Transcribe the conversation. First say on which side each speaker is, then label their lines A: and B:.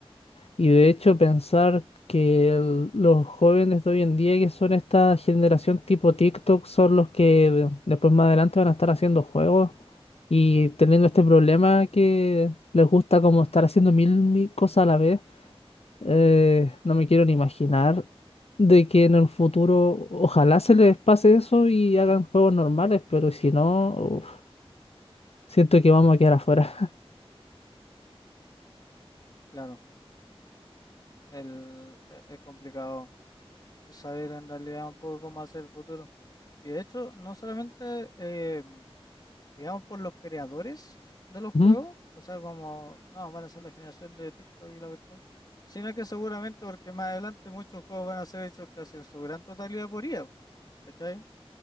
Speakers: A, on the left (about 75°); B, on the left (about 40°).
A: Y de hecho pensar que el- los jóvenes de hoy en día, que son esta generación tipo TikTok, son los que de- después más adelante van a estar haciendo juegos y teniendo este problema que les gusta como estar haciendo mil, mil cosas a la vez, eh, no me quiero ni imaginar de que en el futuro ojalá se les pase eso y hagan juegos normales, pero si no, uf, siento que vamos a quedar afuera. <laughs>
B: claro, el, e- es complicado saber en realidad un poco cómo hacer el futuro. Y de hecho, no solamente eh, digamos, por los creadores de los
A: Ujú.
B: juegos, o sea, como, no, van a ser la generación de TikTok y la cuestión, sino que seguramente porque más adelante muchos juegos van a ser hechos casi en su gran totalidad por IA, ¿cachai?